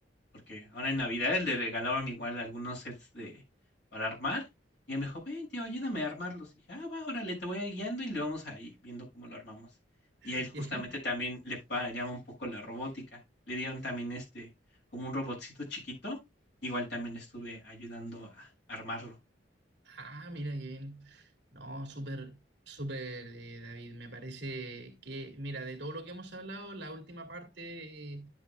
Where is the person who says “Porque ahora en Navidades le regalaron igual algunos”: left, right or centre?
Left